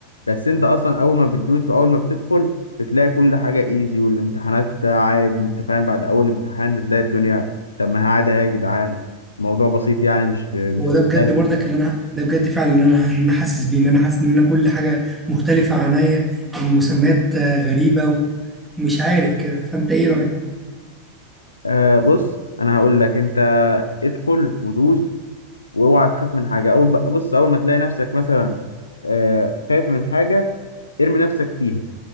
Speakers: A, on the left; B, in the centre.
A: بس انت اصلا اول ما بتدوس واول ما بتدخل بتلاقي كل حاجه ايزي والامتحانات عادي انت فاهم بعد اول امتحان بتلاقي الدنيا طب ما هي عادي اهي يا جدعان الموضوع بسيط يعني مش مش
B: هو ده
A: مختلف
B: بجد برضك اللي انا ده بجد فعلا اللي انا اللي انا حاسس بيه ان انا حاسس ان انا كل حاجه مختلفه عنيا المسميات آه، غريبه و- ومش عارف كده فانت ايه رايك
A: آه بص انا هقول لك انت ادخل ودوس واوعى تخاف من حاجه اول ب- بص اول ما تلاقي نفسك مثلا آه خايف من حاجه ارمي نفسك فيها